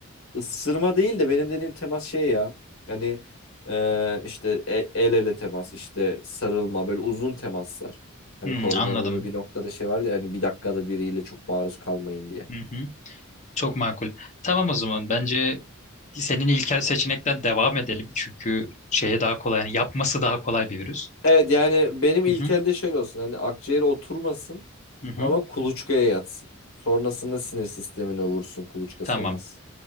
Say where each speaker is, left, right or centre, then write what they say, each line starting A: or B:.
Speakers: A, on the left; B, on the left.
A: Isırma değil de benim dediğim temas şey ya. Yani e, işte e- el ele temas, işte sarılma, böyle uzun temaslar. Hani
B: Hmm,
A: koronada
B: anladım.
A: da bir noktada şey vardı ya hani bir dakikada biriyle çok maruz kalmayın diye.
B: Hı hı. Çok makul. Tamam o zaman bence senin ilkel seçenekten devam edelim. Çünkü şeye daha kolay yani yapması daha kolay bir virüs.
A: Evet yani benim
B: Hı
A: ilkelde
B: hı.
A: şöyle olsun. Hani akciğere oturmasın
B: Hı hı.
A: ama kuluçkaya yatsın. Sonrasında sinir sistemine vursun kuluçka
B: Tamam.
A: sonrası.